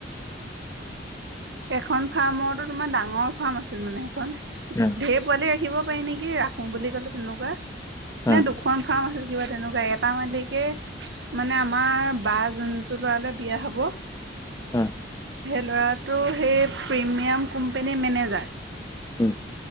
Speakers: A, on the right; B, on the left.
A: এখন ফাৰ্মৰতো তোমাৰ ডাঙৰ ফাৰ্ম আছিল মানে সেইখন।
B: যা <unintelligible>
A: ঢেৰ পোৱালি ৰাখিব পাৰি নেকি ৰাখো বুলি ক'লে তেনেকুৱা।
B: অ
A: নে দুখন ফাৰ্ম আছিল কিবা তেনেকুৱা এটা মালিক। কি, মানে আমাৰ বা যোনটো ল'ৰালে বিয়া হ'ব।
B: উম
A: সেই ল'ৰাটো সেই প্ৰিমিয়াম কোম্পানীৰ মেনেজাৰ।
B: উম